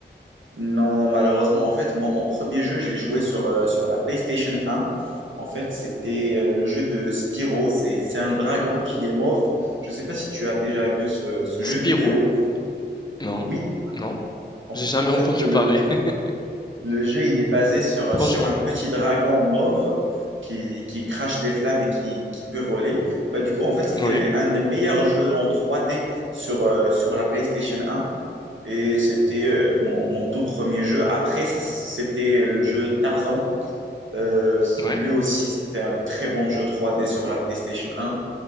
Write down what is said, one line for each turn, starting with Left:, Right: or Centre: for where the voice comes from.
Right: Non, malheureusement, en fait, moi, mon premier jeu, je l'ai joué sur, euh, sur la PlayStation 1. En fait, c'était euh, le jeu de Spyro. C'est, c'est un dragon qui est mauve. Je ne sais pas si tu as déjà vu ce, ce jeu
Left: Spirou?
Right: vidéo.
Left: Non,
Right: Oui,
Left: non,
Right: en, f-
Left: j'ai jamais
Right: en fait,
Left: entendu
Right: le,
Left: parler, <laughs>
Right: le jeu, il est basé sur,
Left: franchement.
Right: sur un petit dragon mauve qui, qui crache des flammes et qui, qui peut voler. Bah, du coup, en fait, c'était
Left: Oui,
Right: un des meilleurs jeux en 3D sur, euh, sur la PlayStation 1. Et c'était euh, mon, mon tout premier jeu. Après, ça, c'était le jeu Tarzan. Euh,
Left: oui,
Right: lui aussi, c'était un très bon jeu trois d sur la PlayStation un